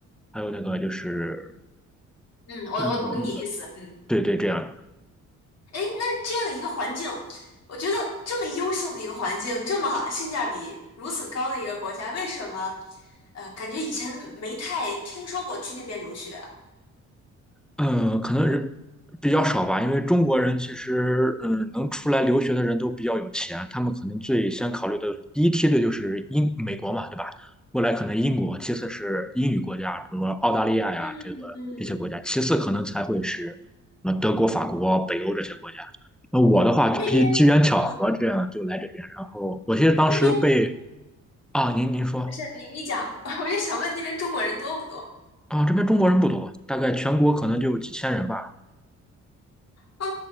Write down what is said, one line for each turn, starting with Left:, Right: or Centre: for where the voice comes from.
Centre: 还有那个就是
Left: 嗯，我我懂你意思。
Centre: 那个那个，
Left: 嗯。
Centre: 对对，这样。
Left: 哎，那这样一个环境，我觉得这么优秀的一个环境，这么性价比如此高的一个国家，为什么呃，感觉以前没太听说过去那边留学啊？
Centre: 嗯，可能人比较少吧，因为中国人其实，嗯，能出来留学的人都比较有钱，他们可能最先考虑的第一梯队就是英美国嘛，对吧？未来可能英国，其次是英语国家，比如说澳大利亚呀，
Left: 嗯嗯
Centre: 这个这些国家，其次可能才会是呃德国、法国、北欧这些国家。那我的话，
Left: 嗯，
Centre: 就比机缘巧合这样就来这边，
Left: 那边，嗯，
Centre: 然后我记得当时被
Left: 那边
Centre: 啊，您您说
Left: 不是你你讲，<laughs> 我就想问那边中国人多不多？
Centre: 啊，这边中国人不多，大概全国可能就几千人吧。
Left: 哦